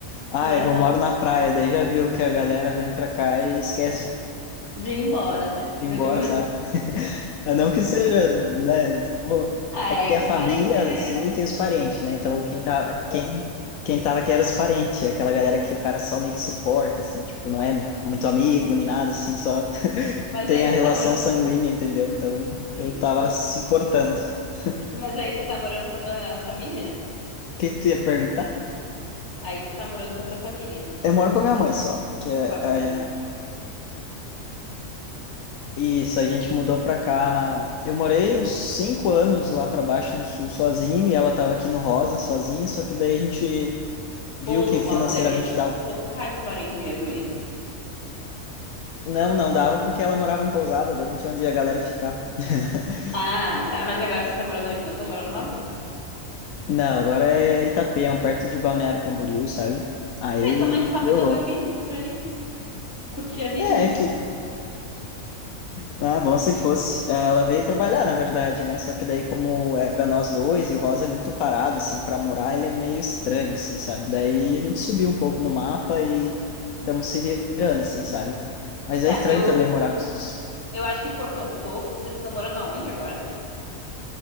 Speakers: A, on the left; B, on the left.
A: Ah,
B: não,
A: é que eu moro na praia, daí já viu que a galera vem pra cá e esquece
B: de ir embora, né?
A: ir
B: Né,
A: embora,
B: tipo, <laughs>
A: sabe? <laughs> Não que seja, né? o-
B: Ah,
A: É
B: é
A: que tem
B: que
A: a família,
B: parente é.
A: assim, e tem os parentes, né? Então, quem tava, quem, quem tava aqui era os parentes, aquela galera que o cara só meio que suporta, assim, tipo, não é muito amigo nem nada, assim, só
B: Mas
A: tem
B: aí
A: a
B: você
A: relação
B: tá morando
A: sanguínea,
B: com.
A: entendeu? Então,
B: Sim.
A: eu tava suportando. O
B: Mas aí você tá morando com a tua família?
A: que que tu ia perguntar?
B: Aí tu tá morando com a tua família.
A: Eu moro com a minha mãe só, que é,
B: Qual com a tua família?
A: é- isso, a gente mudou pra cá. Eu morei uns cinco anos lá pra baixo no sul sozinho, e ela tava aqui no Rosa sozinha, só que daí a gente viu
B: Pô,
A: que
B: no Rosa
A: financeiramente
B: deve
A: dava.
B: socar de parente mesmo aí.
A: Não, não dava porque ela morava em pousada, daí não tinha onde a galera ficar. <laughs>
B: Ah, tá. Mas agora vocês estão morando onde? Não estão morando no Rosa?
A: Não, agora é Itapema, perto de Balneário Camboriú, sabe? Aí
B: É, tua mãe só resolveu
A: piorou.
B: ir pra ali, curtir a vida.
A: É,
B: Não...
A: é que. Ah, bom se fosse. Ela veio trabalhar, na verdade, né? Só que daí, como era nós dois, e o Rosa é muito parado, assim, pra morar, ele é meio estranho, assim, sabe? Daí a gente subiu um pouco no mapa e estamos se virando, assim, sabe? Mas
B: Tá,
A: é estranho
B: eu,
A: também morar com. os-
B: eu acho que cortou um pouco. Vocês estão morando aonde agora?